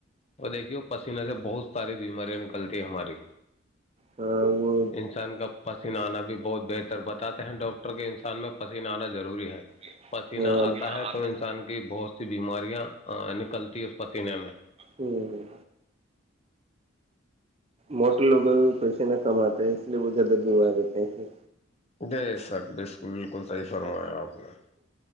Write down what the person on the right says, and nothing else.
ہاں وہ
ہے
ہاں
ہوں موٹر لوگوں بھی پیسے نہ کماتے ہے اس لیے وہ زیادہ بیمار رہتے ہیں ایے